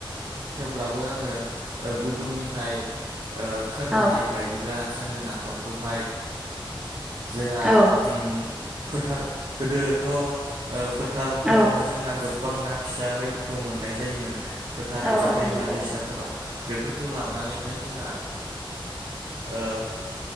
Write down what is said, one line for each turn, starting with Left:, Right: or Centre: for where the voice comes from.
Right: थेवब्लाबो आङो ओ गुबुननिफ्राय ओ खोनानाय
Centre: औ
Right: बायदिब्ला जोङो नाफामखौहाय जोंहा
Centre: औ
Right: उम फोथार गोदो थ' ओ फो थारफोरावनो
Centre: औ
Right: जोंना गो बां ना फिसा बायदिखौ मोननाय जायोमोन। फोथार
Centre: औ
Right: एबा
Centre: औ
Right: दैमा
Centre: नंगौ
Right: दैसाफोराव बेफोरखौ लाबोनानैहाय जोंहा ओ